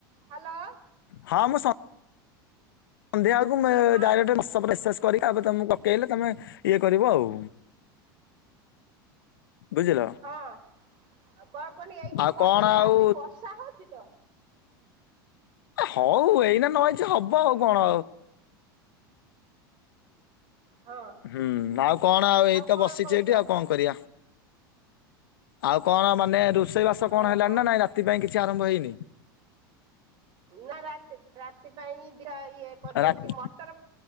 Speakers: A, on the right; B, on the left.
A: ହାଲୋ।
B: ହଁ ମୁଁ ସ ନ୍ଧ୍ୟାଏଳକୁ ମୁ
A: ହଁ
B: ଡାଇରେକ୍ଟ ୱାଟ୍ସଅପ୍ ରେ ମେସେସ କରିକି ଆ ତମକୁ ପକେଇଲେ ତମେ ଇଏ କରିବ ଆଉ। ବୁଝିଲ।
A: ହଁ ଆଉ କଣ କନି ଏଇଠି
B: ଆଉ
A: କରିଦେଇଥାନ୍ତି
B: କଣ ଆଉ
A: ବର୍ଷା ହଉଛି ତ।
B: ହଉ ଏଇନା ନ ହେଇଛି ହବ ଆଉ କଣ।
A: ହଁ
B: ହୁଁ ଆଉ କଣ ଆଉ ଏଇତ
A: କଣ
B: ବସିଛି
A: କହୁଛ
B: ଏଠି ଆଉ କଣ କରିଆ। ଆଉ କଣ ମାନେ ରୋଷେଇ ବାସ କଣ
A: ଓହୋ
B: ହେଲାଣି ନା ନାଇଁ ରାତି ପାଇଁ କିଛି ଆରମ୍ଭ ହେଇନି।
A: ନା ରାତି ରାତି ପାଇଁ ଜ ଏଇ କରିଦେଇଚି
B: ରା ହୁଁ
A: ମଟର।